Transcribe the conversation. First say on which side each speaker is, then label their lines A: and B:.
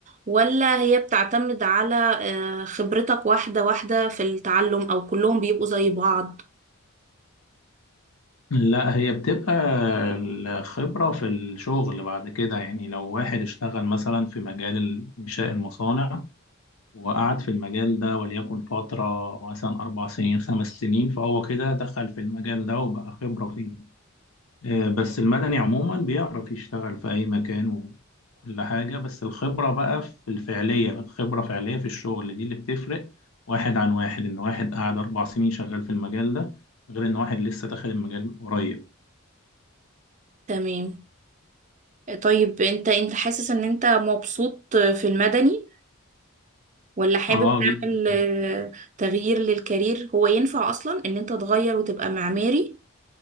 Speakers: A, on the right (about 35°); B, on the left (about 80°).
A: ولا هي بتعتمد على آه، خبرتك واحدة واحدة في التعلم او كلهم بيبقوا زي بعض
B: لا هي بتبقى الخبرة في الشغل بعد كده يعني لو واحد اشتغل مثلا في مجال ال- إنشاء المصانع وقعد في المجال ده وليكن فترة مثلا أربع سنين خمس سنين فهو كده دخل في المجال ده وبقى خبرة فيه آه، بس المدني عموما بيعرف يشتغل في أي مكان وكل حاجة بس الخبرة بقى في الفعلية الخبرة فعلية في الشغل دي اللي بتفرق واحد عن واحد إن واحد قعد أربع سنين شغال في المجال ده غير إن واحد لسه داخل المجال قريب
A: تمام طيب انت انت حاسس ان انت مبسوط في المدني ولا حابب
B: اه
A: تعمل
B: جدا
A: آه، تغيير للكارير هو ينفع اصلا ان انت تغير وتبقى معماري